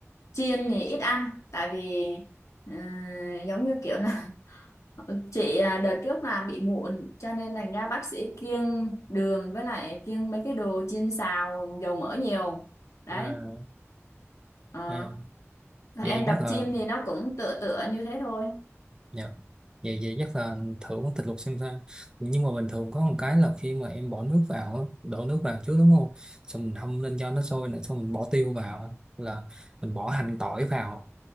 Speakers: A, on the left; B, on the right.
A: chiên thì ít ăn tại vì ờ, giống như kiểu là <laughs> chị ờ, đợt trước là bị mụn cho nên thành ra bác sĩ kiêng đường với lại kiêng mấy cái đồ chiên xào dầu mỡ nhiều đấy
B: à,
A: Ờ,
B: à,
A: Và
B: vậy
A: em
B: chắc
A: tập
B: là
A: gym thì nó cũng tựa tựa như thế thôi
B: dạ vậy vậy chắc là thử món thịt luộc xem sao nhưng mà bình thường có một cái là khi mà em bỏ nước vào á, đổ nước vào trước đúng không xong mình hâm lên cho nó sôi nữa xong mình bỏ tiêu vào á, là mình bỏ hành tỏi vào